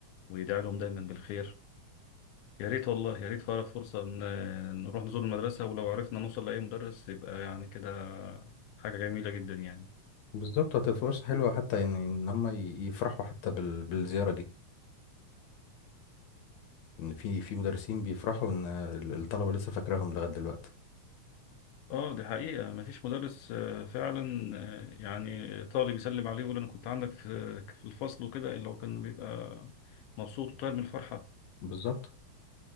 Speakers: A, on the left; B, on the left.
A: ويدعي لهم دايما بالخير يا ريت والله يا ريت فارق فرصة إن- آه، نروح نزور المدرسة ولو عرفنا نوصل لأي مدرس يبقى يعني كده حاجة جميلة جدا يعني
B: بالظبط هتبقى فرصة حلوة حتى ان ان هم ي- يفرحوا حتى بال- بالزيارة دي ان في في مدرسين بيفرحوا ان ال- الطلبة لسه فاكراهم لغاية دلوقتي
A: اه دي حقيقة مفيش مدرس آه، فعلا آه، يعني طالب يسلم عليه يقول انا كنت عندك في في الفصل وكده الا هو كان بيبقى مبسوط وطاير من الفرحة
B: بالظبط